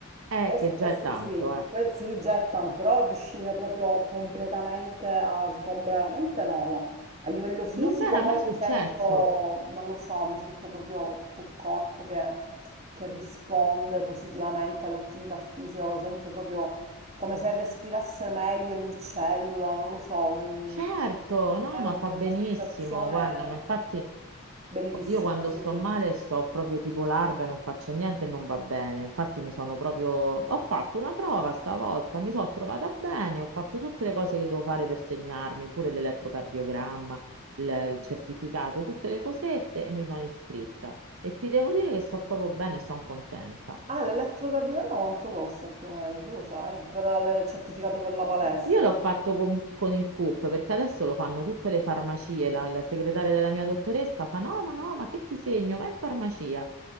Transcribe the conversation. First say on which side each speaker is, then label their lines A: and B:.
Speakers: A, on the right; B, on the right.
A: Eh,
B: Questo,
A: che già
B: questo
A: è tanto,
B: sì,
A: eh.
B: que- sì, già è tanto, però riuscire proprio completamente a sgombrare la mente, no, no. A livello fisico
A: Non mi era
B: poi
A: mai successo.
B: mi sento, non lo so, mi sento proprio tutto il corpo che, che risponde positivamente all'attività fisica, lo sento proprio come se respirasse meglio ogni cellula, non lo so, mm,
A: Certo, no,
B: è
A: ma
B: una
A: fa benissimo,
B: sensazione
A: guarda, ma infatti
B: bellissima,
A: Io quando
B: sì,
A: sto
B: sì.
A: male sto proprio tipo larva e non faccio niente e non va bene. Infatti mi sono proprio... Ho fatto una prova stavolta, mi sono trovata bene, ho fatto tutte le cose che devo fare per segnarmi, pure l'elettrocardiogramma, il il certificato, tutte le cosette e mi sono iscritta. E ti devo dire che sto proprio bene e sono contenta.
B: Ah, l'elettrocardiogramma quanto costa più o meno? Tu lo sai? Per il certificato per la palestra.
A: Io l'ho fatto con, con il CUP perché adesso lo fanno tutte le farmacie. La, la segretaria della mia dottoressa fa: No, ma no, ma che ti segno? Vai in farmacia.